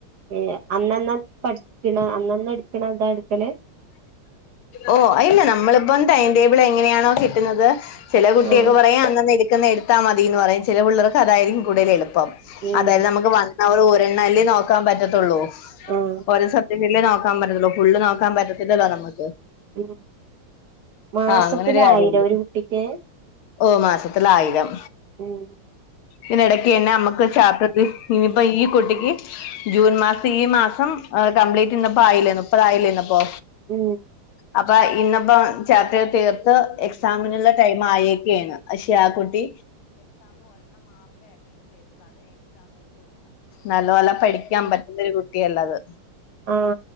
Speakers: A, on the right; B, on the left.
A: ഏ അന്നന്ന പഠിക്കണ അന്നന്ന എടുക്കണ അതാ എടുക്കല്
B: ഓ അല്ല നമ്മളിപ്പം ടൈം ടേബിൾ എങ്ങനെയാണോ കിട്ടുന്നത് ചില കുട്ടിയൊക്കെ
A: ആഹ്
B: പറയാൻ അന്നന്നെ എത്താൽ മതിന്ന് പറയാ ചില പിള്ളർക്ക് അതായിരിക്കും കൂതൽ എളുപ്പം
A: ഉം
B: അതായത് നമുക്ക് വ ഉരെണ്ണല്ലി നോക്കാൻ പറ്റത്തുള്ളൂ
A: ആഹ്
B: ഓരോ സത്യം ഫ നോക്കാൻ പറ്റല്ല ഫുള് നോക്കാൻ പറ്റത്തില്ലോ നമുക്ക്
A: ഉ മാസത്തിലായിരം
B: ആഹ് അങ്ങനൊരു കാര്യമുണ്ട്
A: ഒരു കുട്ടിക്ക്
B: ഓ മാസത്തില ആയിരം
A: ഉം
B: ഇതിനിടക്ക് തന്നെ നമ്മുക്ക് ചാപ്പ ഇനിയിപ്പോ ഈ കുട്ടിക്ക് ജൂൺ മാസം ഈ മാസം കംപ്ലീറ്റ് ഇന്നപ്പോ ആയില്ലേ മുപ്പതായി അല്ലേ ന്നോ പോ
A: ഉം
B: അപ്പൊ ഇന്നപ്പോ ചാപ്റ്റർ തീർത്ത് എക്സാമിനുള്ള എകീന്ന് പക്ഷെ ആ കുട്ടി നല്ലോല്ല പഠിക്കാൻ പറ്റുന്നൊരു കുട്ടിയല്ല ത്
A: ആ